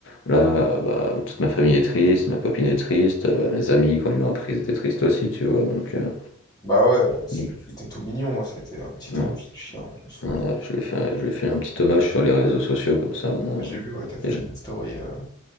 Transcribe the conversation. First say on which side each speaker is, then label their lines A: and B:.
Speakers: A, on the left (about 60°); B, on the left (about 20°).
A: Là, bah, toute ma famille est triste, ma copine est triste, euh, mes amis, quand ils l'ont appris, ils étaient tristes aussi, tu vois. Donc, euh,
B: Bah ouais, euh, c'est-
A: donc,
B: il était tout mignon, hein, c'était un petit
A: mm,
B: ange, ce chien, je me souviens.
A: voilà, je lui ai fait, je lui ai fait un petit hommage sur les réseaux sociaux, comme ça, au moins.
B: Bah, J'ai vu, ouais, t'as fait
A: les gens-
B: une story. euh,